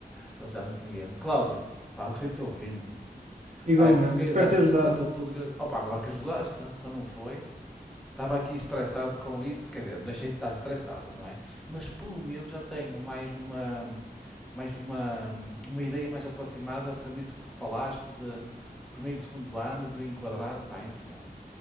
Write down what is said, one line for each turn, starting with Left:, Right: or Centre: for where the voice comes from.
Centre: que ele chama-se Miguel. Cláudio, pá, eu gostei de te ouvir, meu.
Right: Igualmente.
Centre: Pá, é por isso que eu
Right: Espero
Centre: acho
Right: ter ajudado.
Centre: importante eu te ligar. Opa, claro que ajudaste, então não foi. Estava aqui estressado com isso, quer dizer, não deixei de estar estressado, não é? Mas pelo menos já tenho mais uma, mais uma, uma ideia mais aproximada, por exemplo, isso que tu falaste de, de primeiro e segundo ano, de enquadrar, pá, é importante.